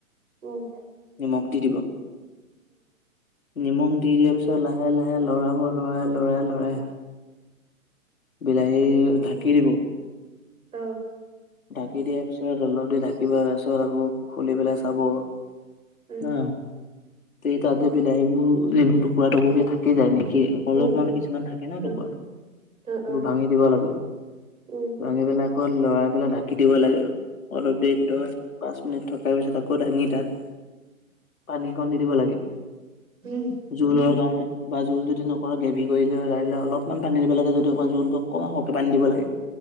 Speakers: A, on the right; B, on the left.
A: উম।
B: নিমখ দি দিব। নিমখ দি দিয়াৰ পিছত লাহে, লাহে লৰাব লৰাই, লৰাই, লৰাই। বিলাহী ঢাকি দিব
A: অ'।
B: ঢাকি দিয়াৰ পিছত অলপ দি ঢাকিব পিছত আকৌ খুলি পেলাই চাব।
A: উম
B: ন
A: অ
B: এই তাতে
A: উম
B: বিলাহীবোৰ এইবোৰ। টুকুৰা টুকুৰ কে থাকি যায় নেকি। অলপ
A: উম উম
B: মানে
A: অ উম
B: কিছুমান
A: উম উম
B: থাকে ন
A: উম
B: লুকুৰাটো
A: অ অ অ
B: ভাঙি দিব লাগে।
A: উম
B: ভাঙি পেলাই আকৌ লৰাই পেলাই ঢাকি দিব লাগে অলপ দেৰি। পাঁচ মিনিট থকাৰ পিছত আকৌ দাঙি তাত পানী অকণ দি দিব লাগে।
A: উম
B: জোলৰ
A: উম
B: কাৰণে। বা জোল যদি নকৰে গ্ৰভভি কৰি ললে গািলে অলপমান পানী দিব লাগে যদি অকমান জোলক অকমান সহে পানী দিব লাগে।